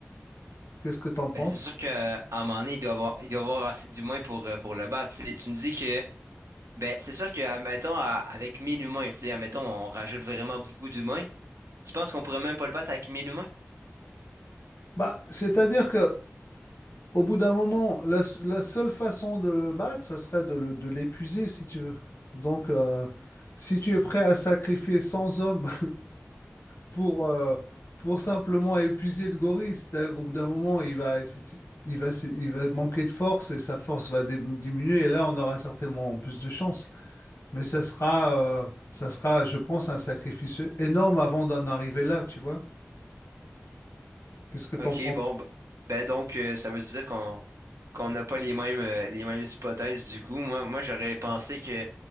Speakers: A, on the left; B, on the right.
A: Qu'est-ce que tu en penses?
B: Ben, c'est sûr qu'à un moment donné, il doit avoir, il doit avoir assez d'humains pour, euh, pour le battre. tu sais. Tu me dis que, ben, c'est sûr que, admettons, à- avec 1000 humains, tu sais, admettons, on rajoute vraiment beaucoup d'humains. Tu penses qu'on pourrait même pas le battre avec 1000 humains?
A: Bah, c'est-à-dire que au bout d'un moment, la, s- la seule façon de le battre, ça serait de le- de l'épuiser, si tu veux. Donc, euh, si tu es prêt à sacrifier 100 hommes pour, euh, pour simplement épuiser le gorille. C'est-à-dire qu'au bout d'un moment, il va, c'est- il va, c'est- il va manquer de force et sa force va dim- diminuer. Et là, on aura certainement plus de chance. Mais ça sera, euh, ça sera, je pense, un sacrifice énorme avant d'en arriver là, tu vois? Qu'est-ce que tu
B: OK,
A: en penses?
B: bon, b- ben donc, euh, ça veut dire qu'on qu'on n'a pas les mêmes, euh, les mêmes hypothèses du coup. Moi, moi j'aurais pensé que